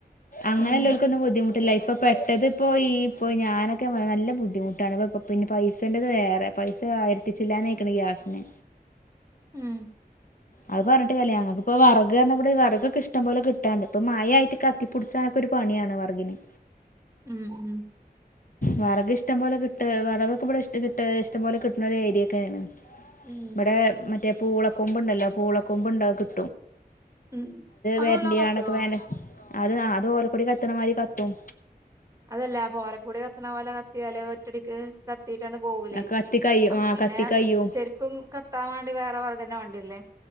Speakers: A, on the left (about 55°); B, on the right (about 20°).
A: അങ്ങനെ
B: ഉം
A: എല്ലെർക്കൊന്നും ബുദ്ധിമുട്ടില്ല ഇപ്പൊ പെട്ടത് ഇപ്പോയി ഇപ്പോ ഞാനൊക്കെ നല്ല ബുദ്ധിമുട്ടാണ് ഇപ്പോ പിന്നെ പൈസേൻ്റെത് വേറെ പൈസ ആയിരത്തി ചില്ല്വാനായിക്കണ് ഗ്യാസിന്
B: ഉം
A: അത് പറഞ്ഞിട്ട് കാര്യല്ല ഞങ്ങൾക്ക് ഇപ്പൊ വെറക് തന്നെ ഇവടെ വെറക് ഒക്കെ ഇഷ്ടം പോലെ കിട്ടാന്ണ്ട് ഇപ്പം മയയായിട്ട് കത്തിപ്പിടിച്ചാനൊക്കെ ഒരു പണിയാണ് വെറകിന്
B: മ്മ് മ്മ്
A: വറക് ഇഷ്ടം പോലെ കിട്ടും വിറകൊക്കെ ഇവടെ ഇഷ്ട്ടം ഇഷ്ടംപോലെ കിട്ടുന്ന ഒരു ഏരിയ ഒക്കെയാണ്
B: ഉം
A: ഇവിടെ മറ്റേ പൂള കൊമ്പുണ്ടല്ലോ പൂള കൊമ്പുണ്ടാകും
B: മ്മ് അതെല്ലാം
A: വരണ്ടിയാണൊക്കെ
B: കത്തുവോ
A: വേന അത് അത് ഓലക്കൂടി കത്തണമാതിരി കത്തും
B: അതല്ലപ്പോ ഓലക്കൂടി കത്തണ പോലെ കത്തിയാല് ഒറ്റടിക്ക് കത് കത്തീട്ടാണ് പോകൂലെ
A: കത്തി കയ്യും
B: അപ്പൊ
A: ആ
B: പിന്നെ
A: കത്തി കയ്യും
B: ശരിക്കും കത്താൻ വേണ്ടി വേറെ വെറക് <unintelligible> വേണ്ടിയല്ലെ